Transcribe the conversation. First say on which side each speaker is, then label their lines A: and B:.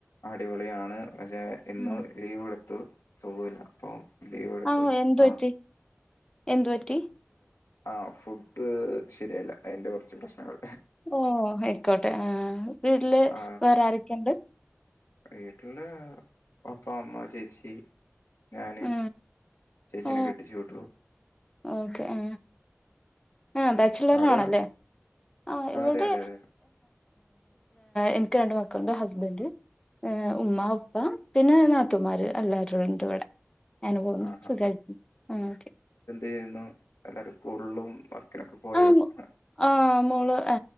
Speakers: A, on the left; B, on the left.
A: അടിപൊളിയാണ് പക്ഷെ ഇന്ന്
B: ആ
A: ലീവ് എടു ന്തോ സുഖയില്ലാ അപ്പോ ലീവ് എടുത്തു
B: ആ ഓ എന്ത് പറ്റി
A: ആഹാ
B: എന്ത് പറ്റി
A: ആ ഫുഡ് ശരിയായില്ല അതിന്റെ കുറച്ച് പ്രശ്നങ്ങൾ
B: ഓ ആയിക്കോട്ടെ ആ വീട്ടില്
A: ആ
B: വേറെ ആരൊക്കെണ്ട്
A: വീട്ടില് പപ്പാ അമ്മാ ചേച്ചി ഞാന്
B: ആ
A: ചേച്ചിനെ
B: ഓ
A: കെട്ടിച്ച് വിട്ടു
B: ഓക്കെ ആ ആ ബാച്ച്ലറ
A: അവിടെയോ?
B: ആണല്ലേ ആ ഇവിടെ
A: അതെ അതെ അതെ.
B: എനിക്ക് രണ്ട് മക്കളുണ്ട് ഹസ്ബന്ഡ് ആ ഉമ്മ ഉപ്പ പിന്നെ നാത്തുമാര് അല്ലാവരു ഉണ്ട് ഇവിടെ ഞനു പോവുന്നു
A: ആ
B: സുഖായിരിന്നു ആ ഓ ക്കെ
A: ന്ത്യ്യുന്നു എല്ലാ സ്കൂളിലും വർക്കിനൊക്കെ പോയോ
B: ആ
A: ഹ്
B: ആ മോള് ആ